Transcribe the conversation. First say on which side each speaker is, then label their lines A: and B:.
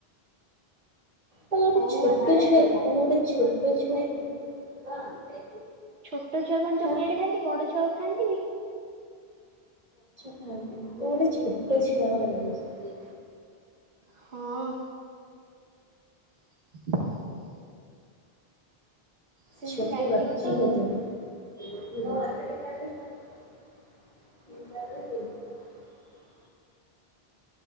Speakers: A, on the right (about 50°); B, on the right (about 80°).
A: ତମ ଗୋଟେ
B: ହଉ
A: ଛୋଟ
B: ଆ
A: ଛୁଆ କି ତମ ଗୋଟେ ଛୋଟ ଛୁଆ କି?
B: ଛୋଟ ଛୁଆ କଣ
A: ହାଁ
B: ଚକୋଲେଟ ଖାଆନ୍ତି ବଡ ଛୁଆ ଖାଆନ୍ତି ନି?
A: ଆ ତମେ ମୋତେ ଛୋଟ ଛୁଆ ମୋତେ ଲାଗୁଛି।
B: ହଁ? <unintelligible> ସେମିତି
A: ଛୋଟି
B: ଲାଗିବ
A: ବଚଛି
B: ତ
A: ହୋ ତୁମ୍? <unintelligible>